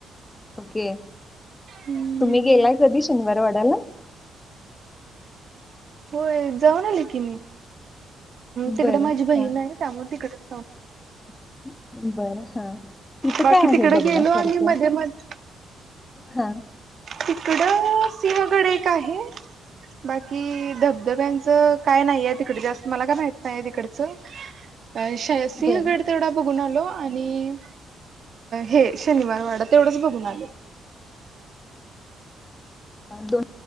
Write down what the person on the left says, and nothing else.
ओके.
तुम्ही गेलाय कधी शनिवार वाड्याला?
बरं.
हां.
<inaudible> बरं हा तिथं
काय आहे
बघण्यासारखं.
हा.
बरं
दोन